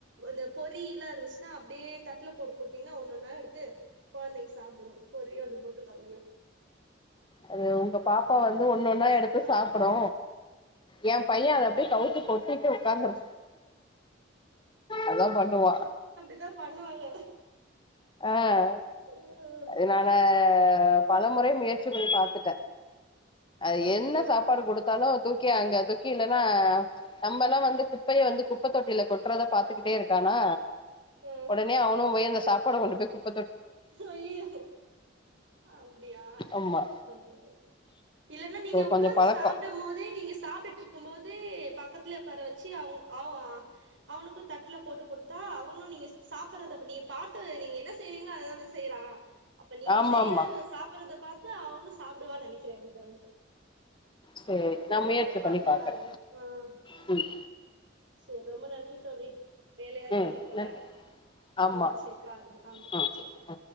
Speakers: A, on the right; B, on the left.
A: இந்த பொரியிலா இருந்துச்சுன்னா அப்டியே தட்ல போட்டு குடுத்தீங்கன்னா ஒன்னு ஒன்னா எடுத்து கொழந்தைங்க சாப்டுங்க பொரியு அந்த பொட்டு கடலயு
B: அது உங்க பாப்பா வந்து ஒன்னொன்னா எடுத்து
A: இருக்குல்ல
B: சாப்புடு ஏ
A: ம்
B: பை ய அத அப்படியே கவுத்து கொட்டிட்டு உக்காந்துரு அதா பண்ணுவா
A: த்தா பண்ணுவாங்க
B: அ
A: உம்
B: அது நானு பல முறை முயற்சி பண்ணி பாத்துட்ட அது
A: அப்டியா
B: என்ன சாப்பாடு குடுத் தாலு தூக்கி அங்க தூக்கி இல்லன்னா நம்மல்லா வந்து குப்பைய வந்து குப்ப தொட்டியில கொட் ட்றத பாத்துக்கிட்டே இருக்கானா
A: ம்
B: உடனே அவனு போய் அந்த சாப்பாடு கொண்டு போய் குப்
A: ஐயையோ அப்டியா
B: ஆமா
A: ம் ஹு இல்லன்னா நீங்க உக்காந்து
B: கொஞ்ச பழக்கோ
A: சாப்டும் போதே நீங்க சாப்ட்டுட் டு இருக்கும்போது பக்கத்லயே உக்கார வெச்சி அவ் ஆ அவனுக்கு தட்ல போட்டு குடுத்தா அவனு நீங்க சாப்புறதப்ப நீங்க பாத்தத நீங்க என்ன செய்றீங் க அத தான செய்றா அப்ப நீங்க
B: ஆமா
A: செய்றத
B: ஆமா
A: சாப்பறத பாத் து அவனு சாப்டுவான்னு நெனைக்கிற எனக்கு தெரிஞ்சி
B: சேரி நா
A: இது
B: முயற்சி
A: வேணா பண்ணி
B: பாக்குறே
A: பாருங்க ஆ ஆ
B: ம்
A: சேரி ரொம்ப நன்றி தோழி வேலையா இருக்கீங்க
B: ம்
A: போல
B: நன்றி ஆமா
A: ஆ செரி பாருங்க ஆமா
B: ம்
A: செரி